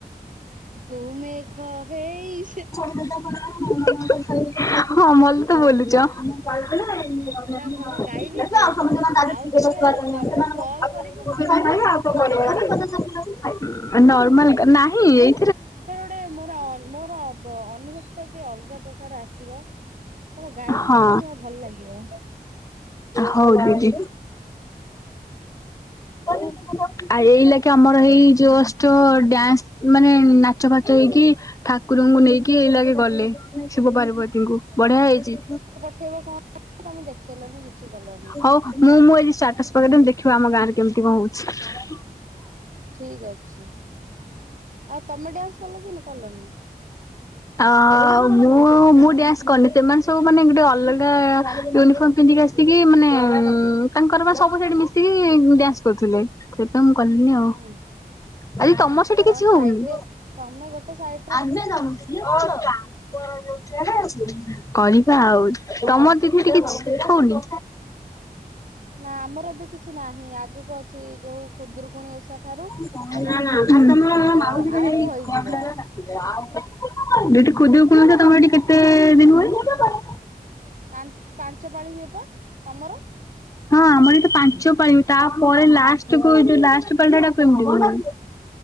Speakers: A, on the right; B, on the left.
A: ତୁ ମେଘ ହେଇ ଯା
B: ହଁ ମଲ ତ ବୋଲୁଚ। <unintelligible>
A: ନା ଭଲ ଗାଇବି ଯେ ଆଉ କେବେ ତମେ କଲ୍ କରିବ ମୁଁ ନର୍ମାଲ କଲରେ ଗାଇବି
B: ନର୍ମାଲ ନାହିଁ ଏଇ
A: ସେଟାରେ ଗୋଟେ ମୋର ମୋର ଅନୁଭବ ଟା ଗୋଟେ ଅଲଗା ପ୍ରକାର ଆସିବ। କଣ ଗାଇବି,
B: ହଁ
A: ଶୁଣିବ, ଭଲ ଲାଗିବ।
B: ହଉ ଦିଦି। ଆଉ ଏଇ ଲାଗି ଆମର ଏଇ ଜଷ୍ଟ ଡ୍ୟାନ୍ସ ମାନେ ନାଚ ପାଛ ଫାଚ ହେଇକି, ଠାକୁରଙ୍କୁ ନେଇକି, ଏଇ ଲାଗେ ଗଲେ। ଶିବ ପାର୍ବତୀଙ୍କୁ, ବଢିଆ ହେଇଚି।
A: ଉଠେଇବ କଣ, ତମେ ଦେଖେଇଲନି କିଛି କଲନି।
B: ହଉ ମୁଁ, ମୁଁ ଆଜି ଷ୍ଟାଟସ ପକେଇଦେବି, ଦେଖିବ ଆମ ଗାଁ ରେ କେମିତି କଣ ହୋଉଛି।
A: ଠିକ ଅଛି, ଆଉ ତମେ ଡ୍ୟାନ୍ସ କଲ କି କଲନି?
B: ଆଁ ମୁଁ
A: <unintelligible>
B: ମୁଁ ଡ୍ୟାନ୍ସ କରିନି। ସେମାନେ ସବୁ ମାନେ ଗୋଟେ ଅଲଗା ୟୁନିଫର୍ମ ପିନ୍ଧିକି ଆସିକି ମାନେ ତାଙ୍କର ପା ସବୁ ସେଇଠି ମିଶିକି ଡ୍ୟାନ୍ସ କରୁଥିଲେ। ସେଥିପାଇଁ ମୁଁ କଲିିନି ଆଉ।
A: ହୁଁ
B: ଆଜି ତମର ସେଠି
A: ତମେ
B: କିଛି
A: ସାଇଡ
B: ହଉନି?
A: ରେ ତମେ ଗୋଟେ ସାଇଟ୍
B: <unintelligible> କରିବା ଆଉ,
A: କଣ
B: ତମ ଦି କିଛି ହଉନି?
A: ନା ଆମର ଏବେ କିଛି ନାହିଁ। ଆଗକୁ ଅଛି ଯୋଉ ଖୁଦୁରୁକୁଣୀ ଓଷା ଠାରୁ
B: <unintelligible>
A: ଆମ ଏଠି ସବୁ
B: ଯଉଠି
A: କିଛି ଅ
B: ଖୁଦୁରୁକୁଣୀ
A: ଆରମ୍ଭ ହେଇଯିବ
B: ଓଷା ତମର ସେଠି କେତେ ଦିନ ହୁଏ।
A: ପାଞ୍ଚ ପାଞ୍ଚ ପାଳି ହୁଏ ବା ତମର।
B: ହଁ, ଆମର ଏଟି ପାଞ୍ଚପାଳି ହୁଏ। ତାପରେ ଲାଷ୍ଟ କୁ ଯୋଉ ଲାଷ୍ଟ ପାଳିଟା ସେଟା କୁ କଡି <inaudible>